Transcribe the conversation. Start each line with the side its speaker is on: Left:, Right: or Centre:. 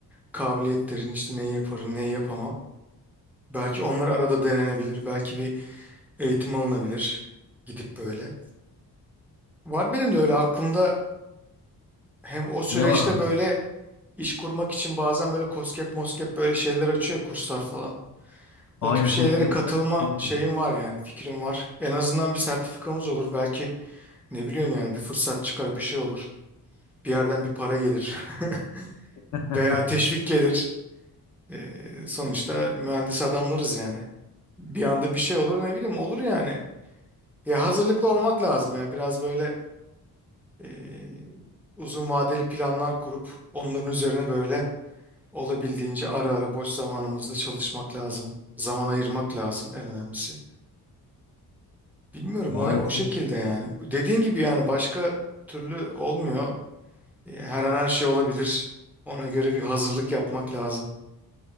Centre: kabiliyetlerin işte neyi yaparım, neyi yapamam. Belki onlar arada denenebilir. Belki bir eğitim alınabilir. Gidip böyle. Var benim de öyle aklımda hem o süreçte
Left: Ne var abi?
Centre: böyle iş kurmak için bazen böyle koskep moskep böyle şeyler açıyor kurslar falan.
Left: Aynen
Centre: O tip şeylere
Left: çok güzel
Centre: katılma
Left: güzel. fikirlerim
Centre: şeyim var yani fikrim var. En azından bir sertifikamız olur. Belki ne biliyorsun yani bir fırsat çıkar bir şey olur. Bir yerden bir para gelir <laughs>
Left: var.
Centre: veya teşvik gelir. Ee, sonuçta mühendis adamlarız yani. Bir anda bir şey olur ne bileyim olur yani. Ya hazırlıklı olmak lazım ya. Biraz böyle eee, uzun vadeli planlar kurup onların üzerine böyle olabildiğince ara ara boş zamanımızda çalışmak lazım. Zaman ayırmak lazım en önemlisi. Bilmiyorum
Left: <laughs> Maalesef.
Centre: o o şekilde yani. Dediğin gibi yani başka türlü olmuyor. E, Her an her şey olabilir. Ona göre bir hazırlık yapmak lazım.